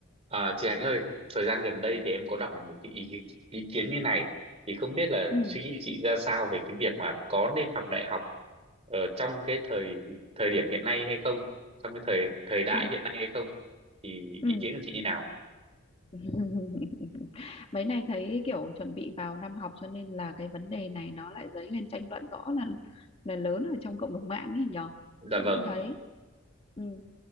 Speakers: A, on the right; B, on the left.
A: À, chị Hạnh ơi, thời gian gần đây thì em có đọc được một cái ý, ý kiến như này thì không biết là
B: Ừ,
A: suy nghĩ chị ra sao về cái việc mà có nên học đại học ở trong cái thời thời điểm hiện nay hay không, trong cái thời thời đại
B: ừ,
A: hiện nay hay không thì
B: ừ.
A: ý kiến của chị như nào?
B: <laughs> Mấy này thấy kiểu chuẩn bị vào năm học cho nên là cái vấn đề này nó lại dấy lên tranh luận rõ là là lớn ở trong cộng đồng mạng ấy nhở
A: Dạ
B: chị
A: vâng,
B: cũng thấy ừ.